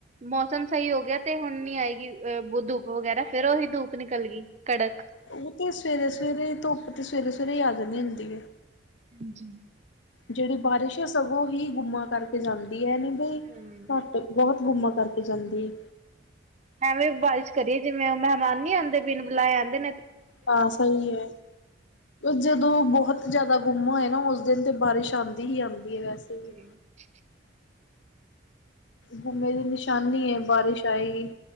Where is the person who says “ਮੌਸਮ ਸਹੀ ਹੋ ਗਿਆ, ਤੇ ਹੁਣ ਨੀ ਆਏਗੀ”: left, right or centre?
Right